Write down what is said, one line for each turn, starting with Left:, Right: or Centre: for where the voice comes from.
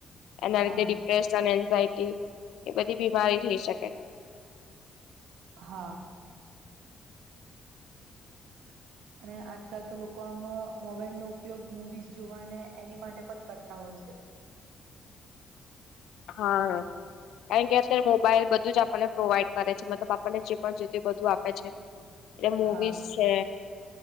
Left: એના
Right: હા
Left: લીધે ડિપ્રેશન એન્ઝાયટી એ બધી બીમારી થઈ શકે
Right: હા અને આજકાલ તો લોકો આમ મોબાઈલ નો ઉપયોગ મુવીઝ જોવાને એની માટે પણ કરતા હોય છે
Left: હા કારણ કે અત્યારે મોબાઈલ બધું જ આપણને પ્રોવાઈડ કરે છે મતલબ આપણને જે પણ જો બધું આપે છે એટલે મવીઝ
Right: હા
Left: છે